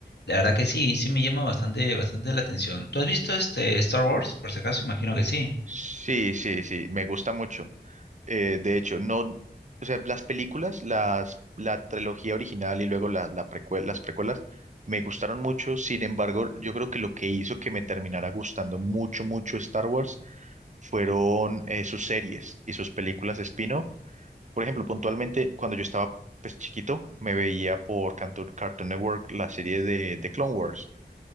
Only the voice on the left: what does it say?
la verdad que sí, sí me llama bastante, bastante la atención. ¿Tú has visto este Star Wars, por si acaso? Imagino que sí.